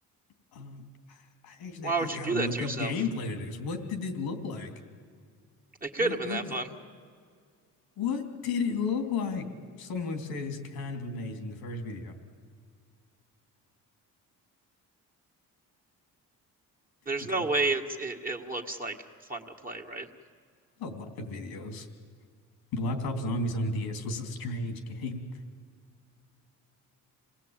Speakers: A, on the left (about 90°); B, on the right (about 25°).
A: Um, I I actually
B: Why would
A: I gotta
B: you do
A: look
B: that to
A: up
B: yourself?
A: gameplay to this. What did it look like?
B: It could
A: What
B: have been
A: what
B: that fun.
A: What did it look like? Someone said it's kind of amazing, the first video.
B: There's
A: It
B: no
A: was
B: way it's it, it looks like fun to play, right?
A: a lot of videos. Blacktop Zombies on DS was a strange game.